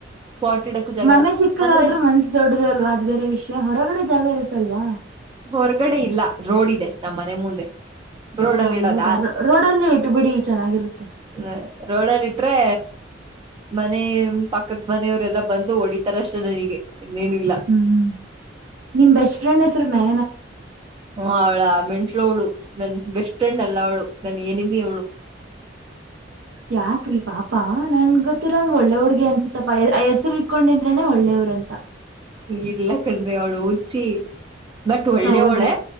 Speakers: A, on the right; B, on the right.
A: ಪಾಟ್ ಇಡಕ್ಕೂ ಜಾಗ
B: ಮನೆಗ್
A: ಇಲ್ಲ
B: ಚಿಕ್ಕದಾದ್ರೂ
A: ಅಂದ್ರೆ
B: ಮನ್ಸ ದೊಡ್ಡದ ಅಲ್ವಾ ಅದು ಬೇರೆ ವಿಷಯ ಹೊರಗಡೆ ಜಾಗ ಇರುತ್ತಲ್ವಾ
A: ಹೊರಗಡೆ ಇಲ್ಲ ರೋಡ್ ಇದೆ ನಮ್ಮ್ ಮನೆ ಮುಂದೆ ರೋಡಲ್ಲಿ
B: ಹ ಹೌದಾ
A: ಇಡದಾ
B: ರೋಡಲ್ಲೇ ಇಟ್ಟು ಬಿಡಿ ಚೆನ್ನಾಗಿರುತ್ತೆ
A: ಹ್ಮ ರೋಡಲ್ಲಿ ಇಟ್ರೆ ಮನ ಪಕ್ಕದ ಮನೆಯವರೆಲ್ಲಾ ಬಂದು ಹೊಡಿತಾರ ಅಷ್ಟೇ ನನಗೆ ಇನ್ನೇನಿಲ್ಲ
B: ಹ್ಮ್ ಹ್ಮ್ ನಿಮ್ ಬೆಸ್ಟ್ ಫ್ರೆಂಡ್ ಹೆಸ್ರನೇ
A: ಹ ಅವಳಾ ಮೆಂಟ್ಲೋಡು ನನ್ ಬೆಸ್ಟ್ ಫ್ರೆಂಡ್ ಅಲ್ಲ ಅವಳು ನನ್ ಎನಮಿ ಅವಳು
B: ಯಾಕ್ರಿ ಪಾಪಾ ನನ್ ಗೊತ್ತಿರಂಗಗೆ ಒಳ್ಳೆ ಹುಡ್ಗಿ ಅನ್ಸತ್ತಪ್ಪಾ ಹೆಸ್ರಿ ಕಕೊಂಡಿದ್ರನನೆ ಒಳ್ಳೆಯವ್ರ ಅಂತ
A: ಇಲ್ಲ ಕನ್ಡ್ರಿ ಅವಳ ಊಚಿ ಬಟ್ ಒಳ್ಳೆ
B: ಹೌದಾ
A: ಹಳೆ